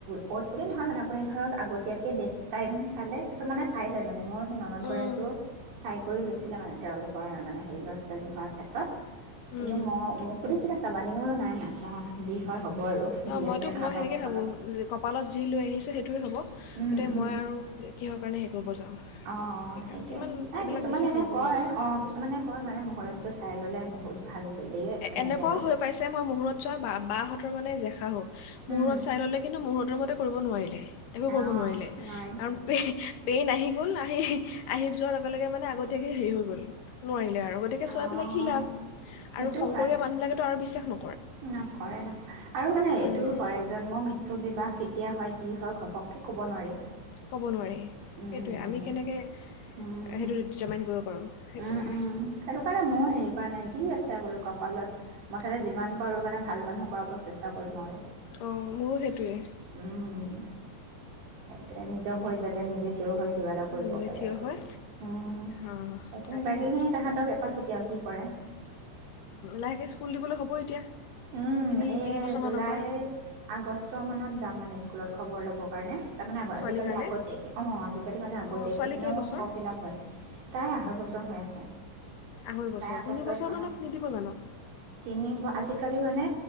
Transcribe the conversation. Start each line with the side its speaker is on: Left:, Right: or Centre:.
Right: ফৰ্চ বুলি নহয় মানে আপুনি ধৰক আগতিয়াই কি ডেট? টাইম চালে? কিছুমানে চাই লয় মানে মই, সেই ননদগৰাকীয়েও
Left: উম,
Right: চাই, কৰি লৈছিলে মানে তেওঁলোকৰ মানে হেৰি ল'ৰা-ছোৱালী হোৱাৰ ক্ষেত্ৰত কিন্তু
Left: উম।
Right: মই', মোক সুধিছিলে চাব, জানিবলৈ নাই নাচাওঁ যি হয় হব আৰু
Left: ন',
Right: যি
Left: মইতো
Right: আছে তাহাঁতৰ
Left: মই', সেনেকেই
Right: কপালত
Left: ভাবোঁ, কপালত যি লৈ আহিছে সেইটোৱে হ'ব
Right: উম,
Left: গতিকে
Right: উম।
Left: মই আৰু কিহৰ কাৰণে? কৰিব যাওঁ
Right: অ',
Left: সেইকাৰণে
Right: সেইটোয়ে
Left: ইমান
Right: নাই
Left: এইবিলাক
Right: কিছুমানে
Left: বিশ্বাস
Right: এনে
Left: নকৰোঁ
Right: কয়',
Left: আৰু
Right: অ', কিছুমানে কয়, মানে মুহৰটো চাই ল'লে বহুত ভাল। বুলি এনেকে
Left: এনেকুৱাও
Right: আৰু
Left: হৈ পাইছে মই মুহূৰত চোৱা বা, বাহ, বা হতৰ মানে জেখাশাহু, মুহূৰত
Right: উম
Left: চাই ল'লে কিন্তু মুহূৰতৰ মতে, কৰিব নোৱাৰিলে। একো কৰিব
Right: অঁ
Left: নোৱাৰিলে,
Right: নোৱাৰিম
Left: কাৰন পেইন আহি গ'ল আহি', -আহি', যোৱাৰ লগে-লগে মানে আগতে, হেৰি হৈ গ'ল নোৱাৰিলে আৰু গতিকে চোৱাই
Right: অঁ
Left: পেলাই কি লাভ
Right: সেইটোও
Left: আৰু শংকৰীয়া
Right: হয়
Left: মানুহবিলাকেতো আৰু, বিশ্বাস ন',
Right: নকৰে- নকৰে আৰু মানে এইটোও
Left: উম
Right: হয় জন্ম- মৃত্যু-বিবাহ, কেতিয়া হয়', কি', হয়', ঘপককে ক'ব নোৱাৰি।
Left: ক'ব নোৱাৰি
Right: উম,
Left: সেইটোৱে
Right: উম,
Left: আমি কেনেকে,
Right: উম,
Left: সেইটো জাৰমাইণ্ট কৰিব পাৰোঁ সেইটোৱেই।
Right: উম, উম, সেইটো কাৰণে ময়ো হেৰি কৰা নাই, যি আছে বোলো কপালত। মুঠতে যিমান পাৰোঁ মানে ভাল মানুহক, খুৱাব চেষ্টা কৰিম আৰু,
Left: অঁ মোৰো সেইটোৱে
Right: উম', সেইটোৱে নিজৰ ভৰি জ, তে নিজে হয় কিবা এটা কৰিব
Left: নিজে
Right: পাৰে
Left: থিয়
Right: আৰু
Left: হয়
Right: উম
Left: অঁ
Right: সেইখিনি
Left: তাকেহে
Right: বাকী খিনি এটা চিতিয়াও কি কৰে?
Left: লাহেকৈ স্কুল দিবলৈ হ'ব এতিয়া।
Right: উম,
Left: তিনি
Right: এই
Left: তিনি বছৰমানৰ
Right: জুলাইৰ
Left: পৰা
Right: আগষ্ট মানত যাম মানে স্কুলত খবৰ ল'বৰ কাৰণে। তাৰমানে
Left: ছোৱালীৰ
Right: আজিকালি
Left: কাৰণে
Right: আগতীয়াকে অ' আজিকালি মানে আগতিয়াকে
Left: অঁ ছোৱালী
Right: হেনো
Left: কেইবছৰ
Right: ফ্ৰম ফিলাপ হয়, তাই আঢ়ৈ বছৰ ছয় হৈ আছে।
Left: আঢ়ৈ বছৰ
Right: তাই আগষ্টত
Left: তিনিবছৰ
Right: অঁ
Left: মানত নিদিব জানো।
Right: তিনি আজিকালি মানে,